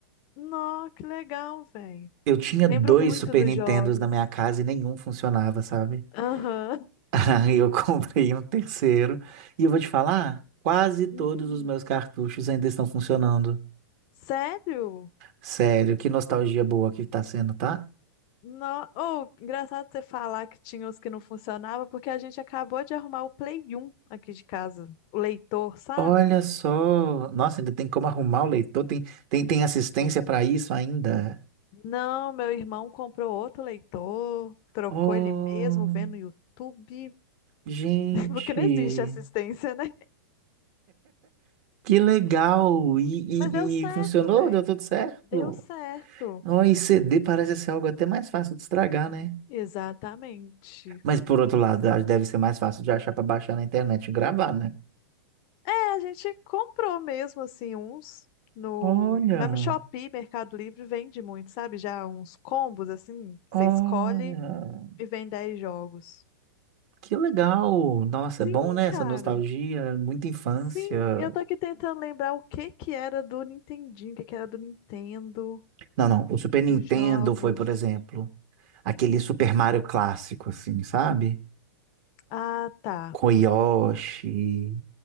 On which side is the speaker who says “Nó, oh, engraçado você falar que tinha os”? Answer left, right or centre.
Left